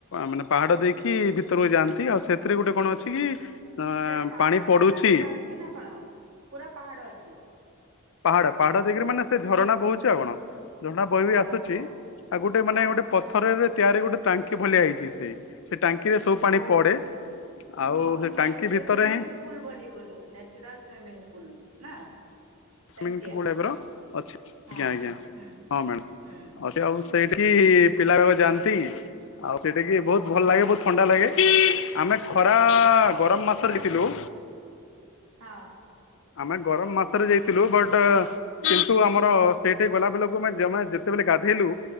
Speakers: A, on the left; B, on the right.
A: ମାନେ ପାହାଡ ଦେଇକି ଭିତରକୁ ଯାଆନ୍ତି ଆଉ ସେଥିରେ ଗୋଟେ କଣ ଅଛି କି? ଅ
B: ସେଟା ପାହାଡ
A: ପାଣି ପଡୁଛି
B: ଆଗା ପୁରା ଅଛି ନା କଣ ପୁରା ପାହାଡ ଅଛି?
A: ପାହାଡା ପାହାଡା
B: ଓହୋ
A: ଦେଖି ମାନେ ସେ ଝଣ ବହୁଛି ଆଉ କଣ? ଝଣ୍ଡା ବହି ବି
B: ଓହୋ
A: ଆସୁଛି ଆଉ ଗୋଟେ
B: ହଁ
A: ମାନେ ଗୋଟେ ପଥରରେ ଚାରିପଟେ ଗୋଟେ ଟାଙ୍କି ଭଳିଆ ହେଇଛି ସେ ଟାଙ୍କିରେ ସବୁ ପାଣି
B: ଓହୋ
A: ପଡେ ଆଉ
B: ହଁ
A: ସେ
B: ବାନ
A: ଟାଙ୍କି
B: ସେ
A: ଭିତରେ
B: ସ୍ୱଇମିଙ୍ଗ
A: ହିଁ
B: ପୁଲ ଭଳି ବୋଲୁ ନେଚୁରଲ ସ୍ଵିମିଂ ପୁଲ ନା? ସେମିତିଆ
A: ମବ ଅଛି
B: ହଁ
A: ଆଜଞା ଆଜ୍ଞା
B: ହୁଁ
A: ହଁ ମ୍ୟାଡ଼
B: ହୁଁ
A: ଆଉ ସେଇ ସେଠି ପିଲା ଗାକ ଯାଆନ୍ତି ଆଉ ସେ ଦେଖି ବହୁତଲ
B: ହଁ
A: ଲାଗେ ବହୁତ ଥଣ୍ଡା ଲାଗେ। ଆମେ ଖରା
B: ଆଉ
A: ଗରମ ମାସଲ
B: ଖରା
A: ଦଥିଲୁ
B: ହଁ
A: ଆମେ ଗରମ ମାସରେ ଯାଇ ଥିଲୁ ବଟ୍ କିନ୍ତୁ ଆମର ସେଇଠି ଗୋଲାପିଲକୁମେ ଯେତେବେଳେ ଗାଧେଇଲୁ।